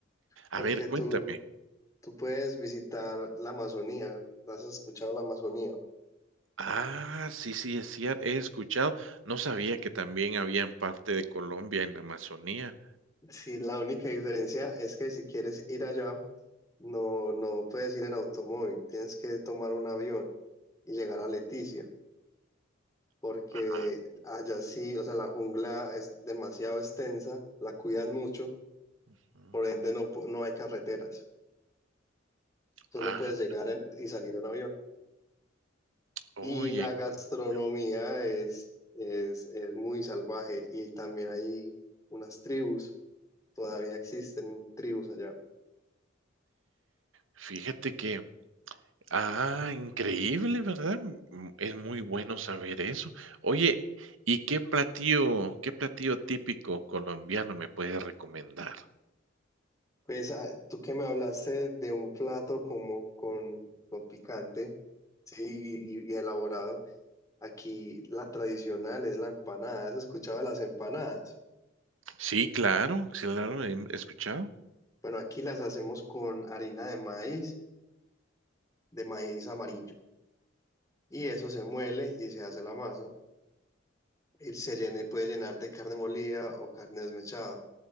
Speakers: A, on the left; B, on the right.
A: porque
B: A ver, cuéntame.
A: tú, tú puedes visitar la Amazonía. ¿Has escuchado la Amazonía?
B: Ah, sí, sí, es cierto. He escuchado. No sabía que también había en parte de Colombia en la Amazonía.
A: Sí, la única diferencia es que si quieres ir allá, no, no puedes ir en automóvil, tienes que tomar un avión y llegar a Leticia, porque
B: Ah,
A: allá sí, o sea, la jungla es demasiado extensa, la cuidan mucho,
B: ujú.
A: por ende no, pu- no hay carreteras, solo
B: Ah,
A: puedes llegar en- y salir en avión.
B: oye,
A: Y la gastronomía
B: claro.
A: es, es, es muy salvaje y también hay unas tribus, todavía existen tribus allá.
B: Fíjate que Ah, increíble, ¿verdad? Mm, Es muy bueno saber eso. Oye, ¿y qué platillo, qué platillo típico colombiano me puedes recomendar?
A: Pues ah, tú que me hablaste de un plato como con, con picante, sí, y, y elaborado. Aquí la tradicional es la empanada. ¿Has escuchado de las empanadas?
B: Sí, claro, sí, claro, he escuchado.
A: Bueno, aquí las hacemos con harina de maíz, de maíz amarillo. Y eso se muele y se hace la masa. Y se llene, puede llenar de carne molida o carne desmechada.